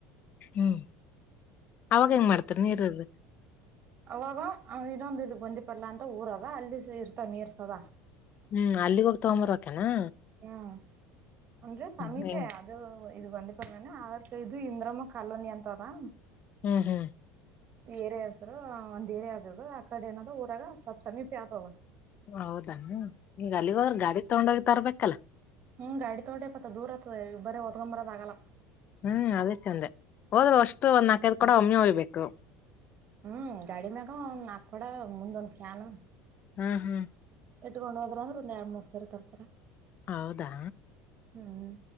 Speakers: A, on the left; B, on the right.
A: ಹ್ಮ್, ಅವಾಗ ಹೆಂಗ್ ಮಾಡ್ತೀರ ನೀರ್ ಇಲ್ದ?
B: ಅವಾಗ ಆ ಇದೊಂದ ಇದ ಬಂದಿ ಪರ್ಲ್ಲಾ ಅಂತ ಊರದ, ಅಲ್ಲಿ ಇರ್ತಾವ ನೀರ್ ಸದ.
A: ಹ್ಮ್, ಅಲ್ಲಿಗೋಗ್ ತಗಂಬರಬೇಕೇನ?
B: ಹೂಂ ಅಂದ್ರೆ ಸಮೀಪೆ
A: ಹ್ಮ್
B: ಅದು ಇದು ಗೊಂದಿ ಪರ್ಲ ಅನಿ, <unintelligible> ಇದು ಇಂದ್ರಮ ಕಾಲೋನಿ ಅಂತದಾ
A: ಹ್ಮ್ ಹ್ಮ್
B: ಈ ಏರಿಯ ಹೆಸ್ರು, ಒಂದ್ ಏರಿಯಾ ಆದದು ಆ ಕಡೆ ಏನದ ಊರಾಗ ಸ್ವಲ್ಪ್ ಸಮೀಪೆ ಆತದ.
A: ಓ ಹೌದಾ, ಈಗ ಅಲ್ಲಿಗೋದರ ಗಾಡಿ ತಗೊಂಡೋಗೆ ತರ್ಬೇಕಲ್ಲ.
B: ಹ್ಮ, ಗಾಡಿ ತಗೊಂಡೆಪತ. ದೂರ ಆತ್ದೆ ಬರೇ ಹೊತ್ಕೊಂಡ್ ಬರಕಾಗಲ್ಲ.
A: ಹ್ಮ್, ಅದಕ್ ಅಂದೆ. ಹೋದ್ರು ಅಷ್ಟ ಒಂದ್ ನಾಲ್ಕೈದು ಕೊಡ ಒಮ್ಮೆ ಒಯ್ಬೇಕ್. ಕ್ಕ <unintelligible>
B: ಹ್ಮ್ಮ್. ಗಾಡಿ ಮ್ಯಾಗ ಒಂದ್ ನಾಕ್ ಕೊಡ ಮುಂದೊಂದ್ ಕ್ಯಾನು
A: ಹ್ಮ್ ಹ್ಮ್
B: ಇಟ್ಕೊಂಡು ಹೋದ್ರ್ ಅಂದ್ರ ಒಂದ್ ಎರ್ಡ್ ಮೂರ್ ಸರಿ ತರ್ತಾರ.
A: ಹೌದಾ!
B: ಹ್ಮ್